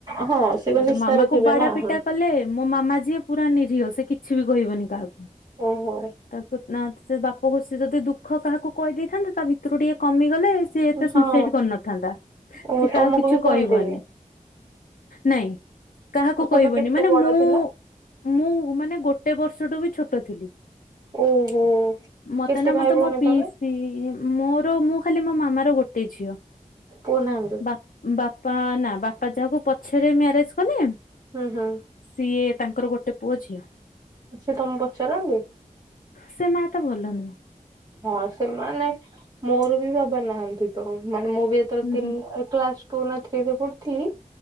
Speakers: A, on the right; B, on the left.
A: ହଁ। ସେ କଣ
B: ହେଇଟୁ
A: ନିଶାରେ
B: ମାମା କୁ
A: ଥିବେ
B: ବାଡା
A: ନା
B: ପିଟା
A: ହଁ
B: କଲେ ମୋ ମାମା ଯିଏ ପୁରା ନିରୀହ ସେ କିଛି ବି କହିବନି କାହାକୁ।
A: ଓହୋ
B: ତାକୁ ନା ସେ ବାପକୁ ସେ ଯଦି ଦୁଃଖ କାହାକୁ କହିଦେଇଥାନ୍ତେ ତା ଭିତୁରୁ ଟିକେ କମିଗଲେ ସିଏ ଏତେ
A: ହଁ
B: ସୁଇସାଇଡ୍ କରିନଥାନ୍ତା ସେ
A: ଓ ତମକୁ
B: କାହାକୁ କିଛି
A: ବି କୁହନ୍ତିନି
B: କହିବନି। ନାଇଁ କାହାକୁ
A: ଓ ତମେ
B: କହିବନି
A: କେତେ
B: ମାନେ
A: ବଡ
B: ମୁଁ
A: ଥିଲ
B: ମୁଁ ମାନେ ଗୋ ଟେ ବର୍ଷଟୁ ବି ଛୋଟ ଥିଲି
A: ଓହୋ
B: ମତେ
A: କେତେ
B: ନା
A: ଭାଇ
B: ମତେ
A: ଭଉଣୀ
B: ମୋ ପିସ୍
A: ତମେ
B: ହି ମୋର ମୁଁ ଖାଲି ମୋ ମାମା ର ଗୋଟେ ଝିଅ।
A: ପୁଅ ନାହାଁନ୍ତି?
B: ବାପା ବାପା ନା ବାପା ଯାହାକୁ ପଛେରେ ମ୍ୟାରେଜ କଲେ।
A: ହୁଁ ହଁ।
B: ସିଏ ତାଙ୍କର ଗୋଟେ ପୁଅ ଝିଅ।
A: ସିଏ ତମୁ ପଚାରନ୍ତି?
B: ସେ ମା ଏତେ ଭଲ ନୁହଁ।
A: ହଁ ସେ ମାନେ ମୋର ବି ବାବା ନାହାଁନ୍ତି ତ ମାନେ ମୁଁ ବି ଯେତେବେଳେ
B: ହୁଁ
A: ତିନି
B: ହୁଁ
A: ଅ କ୍ଲାସ ଟୁ ନା ଥ୍ରି ରେ ପଢୁୁଥିଲି